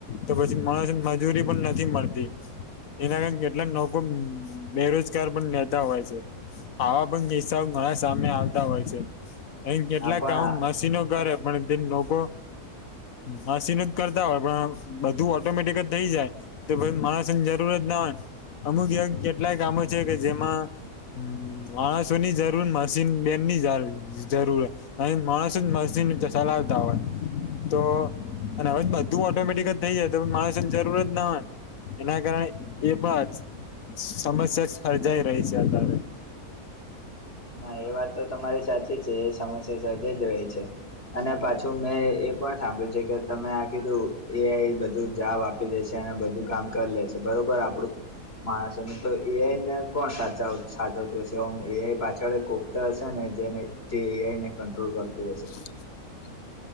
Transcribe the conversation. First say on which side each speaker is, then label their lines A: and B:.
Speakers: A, on the left; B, on the left.
A: તો પછી માણસો મજૂરી પણ નથી મળતી એના કારણે કેટલાક લોકો બેરોજગાર પણ લેતા હોય છે. આવા પણ કિસ્સાઓ ઘણા સામે આવતા હોય છે. અહી કેટલાક
B: હા પણ
A: કામ મશીનો કરે પણ તેમ લોકો મશીન જ કરતા હોય પણ બધું ઓટોમેટિક જ થઇ જાય તો પછી માણસને જરૂરત ના હોય અમુક કેટલાય કામો છે. કે જેમાં હ માણસોની જરૂર મશીન બેન ની જરૂર અહીંયા માણસો મશીન ચલાાવતા હોય તો અને હવે બધું ઓટોમેટિક નઈ જ તો માણસની જરૂરત ના હોય એના કારણે એ પણ સમસ્યા સર્જાઈ રહી છે. અત્યારે
B: ના એ વાત તો તમારી સાચી છે. એ સમસ્યા સર્જાઈ જ રહી છે. અને પાછું મેં એ પણ સાંભળ્યું છે. કે તમે આ કીધું એ બધું જવાબ આપે આપી દે છે. અને બધું કામ કરી લે છે. બરોબર આપડું માણસો ને તો એઆઈને કોણ સાચવ સાચવતું હશે એઆઈ પાછું જ્યારે કોકતા હશે ને જેને એઆઈ કંટ્રોલ કરતું હશે
A: <inaudible>